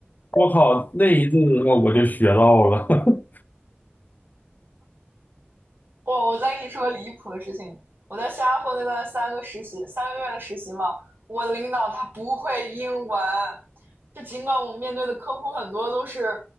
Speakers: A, on the left; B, on the right.
A: 我靠，那一阵子我就学到了。<laughs>
B: 哇，我再跟你说个离谱的事情，我在新加坡那段三个实习，三个月的实习嘛，我的领导他不会英文，就尽管我们面对的客户很多都是